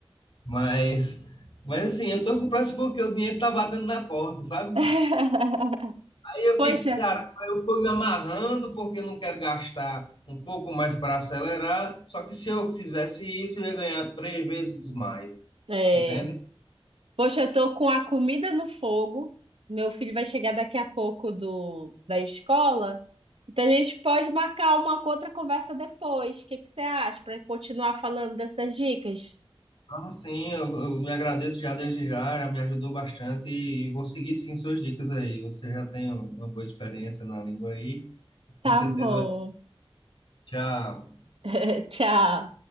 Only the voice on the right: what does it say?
<laughs>
Poxa,
é.
Poxa, eu tô com a comida no fogo. Meu filho vai chegar daqui a pouco do, da escola. Então a gente pode marcar uma outra conversa depois. O que que você acha? Para continuar falando dessas dicas?
Tá
bom.
<laughs> Tchau.